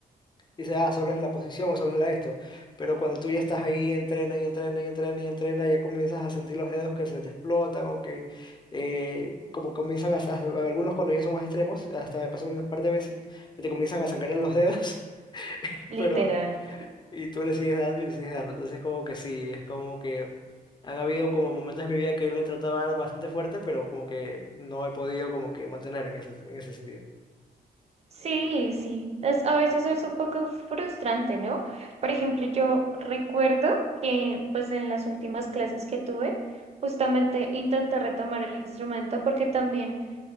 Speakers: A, on the left (about 30°); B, on the right (about 40°).
A: Dice, ah, solo es la posición o solo es la esto. Pero cuando tú ya estás ahí, entrena y entrena y entrena y entrena, ya comienzas a sentir los dedos que se te explotan o que eh, como comienzan a, a- algunos cuando ya son más extremos, hasta me pasó unas par de veces, que te comienzan a sangrar los dedos, <laughs>
B: Literal.
A: pero y tú le sigues dando y le sigues dando. Entonces como que sí, es como que han habido como momentos en mi vida que le he tratado de dar bastante fuerte, pero como que no he podido como que mantener en ese, en ese sentido.
B: Sí, sí, es, a veces es un poco frustrante, ¿no? Por ejemplo, yo recuerdo que pues en las últimas clases que tuve, justamente intenté retomar el instrumento porque también